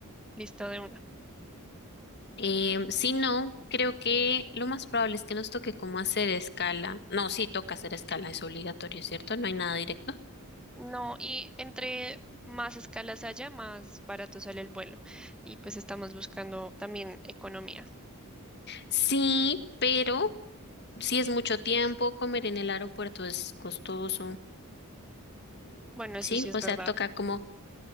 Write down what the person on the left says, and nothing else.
Em, si no, creo que lo más probable es que nos toque como hacer escala. No, sí, toca hacer escala, es obligatorio, ¿cierto? No hay nada directo.
Sí, pero si es mucho tiempo, comer en el aeropuerto es costoso,
¿sí?
O
sea, toca como